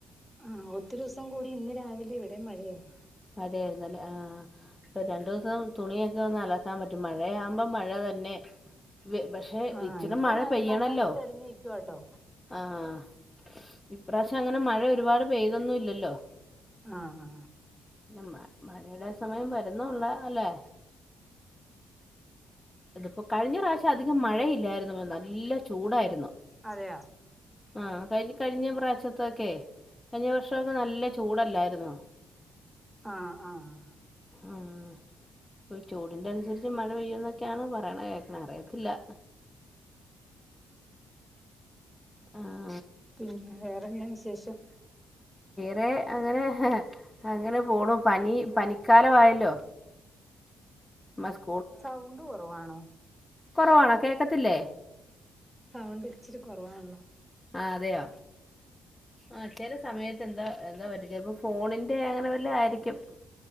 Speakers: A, in the centre; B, on the left.
A: ആഹ് ഒത്തിരി ദിവസം കൂടി ഇന്ന് രാവിലെ ഇവിടെ മഴയായി
B: മഴയായിരുന്നല്ലേ ആഹ് ഇപ്പൊ രണ്ടു ദിവസം തുണിയൊക്കെ ഒന്ന് അലക്കാൻ പറ്റും മഴയാകുമ്പോ മഴ തന്നെ വെ- പക്ഷെ
A: ആഹ്
B: ഇച്ചിരി
A: ഇപ്പൊ
B: മഴ
A: ന
B: പെയ്യണല്ലോ
A: നന്നായിട്ട് തെളിഞ്ഞ നിക്കുവട്ടോ
B: ആഹ് ഇപ്രാവശ്യം അങ്ങനെ മഴ ഒരുപാട് പെയ്തൊന്നും ഇല്ലല്ലോ
A: ആഹ്
B: പിന്നെ മ- മഴയുടെ സമയം വരുന്നൊള്ള അല്ലെ അതിപ്പോ കഴിഞ്ഞ പ്രാവശ്യം അധികം മഴ ഇല്ലായിരുന്നു എന്ന നല്ല ചൂടായിരുന്നു.
A: അതെയ
B: ആഹ് കഴിഞ്ഞ കഴിഞ്ഞ പ്രാവശ്യത്തൊക്കെ കഴിഞ്ഞ വർഷൊക്കെ നല്ല ചൂടല്ലായിരുന്നോ?
A: ആഹ് ആഹ്
B: ആഹ് ചൂടിന്റെ അൻസരിച്ച് മഴ പെയ്യോന്നൊക്കെ ക്ക്യാണ് പറേണെ കേക്ക്ണെ അറിയത്തില്ല. ആഹ്
A: പിന്നെ വേറെന്നാ വിശേഷം?
B: വേ അങ്ങനെ അങ്ങനെ പോണു പനി പനിക്കാലമായല്ലോ മ <unintelligible>
A: സൗണ്ട് കൊറവാണോ?
B: കൊറവാണോ കേക്കത്തില്ലേ?
A: സൗണ്ട് ഇച്ചിരി കൊറവാണല്ലോ.
B: ആഹ് അതെയോ ആ ചെല സമയത്ത് എന്താ എന്താ പറ്റി ചെലപ്പോ ഫോണിന്റെ അങ്ങനെ വല്ലോ ആയിരിക്കും.